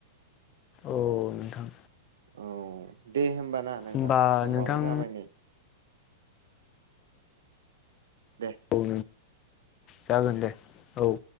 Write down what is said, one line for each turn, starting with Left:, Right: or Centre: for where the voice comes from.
Left: औ नोंथां।
Right: औ दे होमबा ना नोंथां
Left: होमबा
Right: समाबो
Left: नोंथां
Right: जाबाय नै। दे
Left: औ जागोन दे औ।